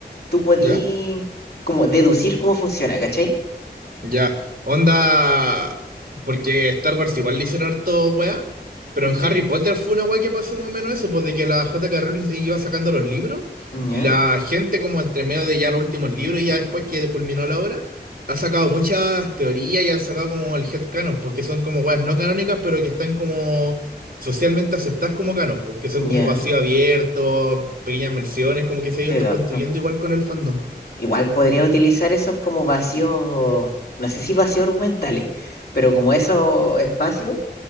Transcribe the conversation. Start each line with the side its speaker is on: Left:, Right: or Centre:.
Left: tú podí
Right: ¿Ya?
Left: como deducir cómo funciona, ¿cachai?
Right: Ya, onda, porque Star Wars igual le hicieron harto weá, pero
Left: Ujú.
Right: en Harry Potter fue una weá que pasó más o menos eso, pues de que la J K Rowling iba sacando los libros
Left: Ya,
Right: y la gente como entre medio de ya los últimos libros y ya después que culminó la obra, ha sacado muchas teorías y han sacado como el headcanon, porque son como weas no canónicas, pero que están como socialmente aceptadas como canon, porque son como
Left: ya,
Right: vacío abierto, pequeñas menciones, como que se ha
Left: te
Right: ido
Left: capto.
Right: construyendo igual con el fandom.
Left: Igual podría utilizar esos como vacíos, no sé si vacíos argumentales, pero como esos espacios